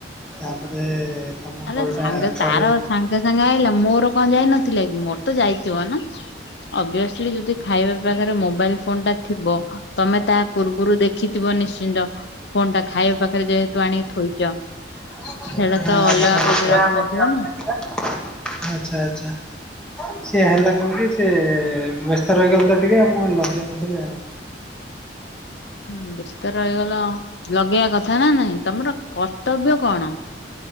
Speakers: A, in the centre; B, on the left (about 75°).
A: ତାପରେ ତମ
B: ଆରେ
A: କଲ
B: ସାଙ୍ଗ
A: ଟା କରି
B: ତାର ସାଙ୍ଗେ ସାଙ୍ଗେ ଆଇଲା ମୋର କଣ ଯାଇନଥିଲା କି ମୋରତ ଯାଇଥିବ ନା। ଅବ୍ୟସଲି ଯଦି ଖାଇବା ପାକରେ ମୋବାଇଲ ଫୋନଟା ଥିବ ତମେ ତା ପୂର୍ବରୁ ଦେଖିଥିବ ନିଶ୍ଚିନ୍ତ। ଫୋନଟା ଖାଇଆ ପାଖରେ ଯେହେତୁ ଆଣିକି ଥୋଇଛ।
A: <unintelligible>
B: ସେଇଟା
A: ଆଚ୍ଛା-ଆଚ୍ଛା।
B: ତ ଅଲଗା କୋଉଠି ରଖିନଥିବ ନା।
A: ସିଏ ହେଲା କଣ କି ସିଏ ବ୍ୟସ୍ତ ରହିଗଲି ତ ଟିକେ ମୁଁ ଲଗେଇନଥିଲି ଆଉ।
B: ହୁଁ ବ୍ୟସ୍ତ ରହିଗଲ ଲଗେଇଆ କଥା ନା ନାଇଁ। ତମର କର୍ତ୍ତବ୍ୟ କଣ?